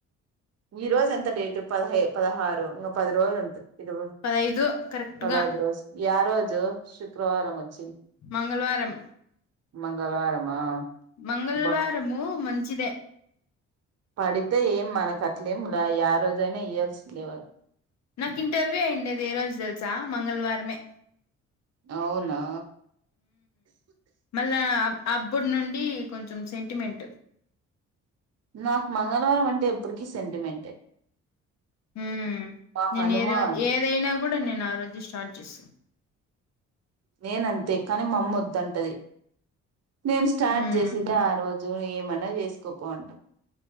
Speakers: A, on the right; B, on the left.
A: ఈ రోజు ఎంత డేటు పదహై పదహారు ఇంగా పది రోజులు ఉంట ఇది
B: పదైదు కరెక్ట్
A: పదైదు
B: గా
A: రోజులు య రోజు శుక్రవారం వచ్
B: మంగళ్ వారం
A: మంగళవారమా
B: మంగళ్
A: అబ్బా
B: వారము మంచిదే
A: పడితే ఏం మనకు అట్లేములా ఆ రోజైనా ఇయల్సిందే ల
B: నాకు ఇంటర్వ్యూ అయిండేది ఏ రోజు తెలుసా మంగళ్వారమే
A: అవునా
B: మళ్ల అ అబ్బు నుండి కొంచెం సెంటిమెంటు
A: నాకు మంగళవారం అంటే ఎప్పుటికీ సెంటిమెంటే
B: ఉమ్
A: మా
B: నేను
A: హనుమాన్
B: ఏ రో ఏదైనా కూడా నేను ఆ రోజే స్టార్ట్ చేస్తా
A: నేనంతే కాని మామ్మ వద్దంటది నేను స్టార్ట్
B: ఉమ్
A: చేసెదె ఆ రోజు ఏమన్నా చేసుకోపోంటా